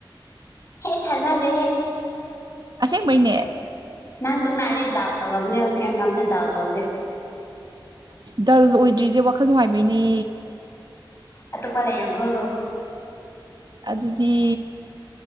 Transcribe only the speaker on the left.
ꯍꯦ ꯊꯥꯖꯥꯖꯦ ꯍꯦ
ꯅ ꯇ ꯅꯥ ꯗꯥꯥꯜ ꯇꯧꯧꯕ ꯃꯅ ꯍꯧꯁꯤ ꯀꯝ ꯗꯥꯎꯜ ꯇꯧꯗꯦ
ꯑꯠꯇꯄ ꯂꯩ ꯌꯦꯔꯕꯣ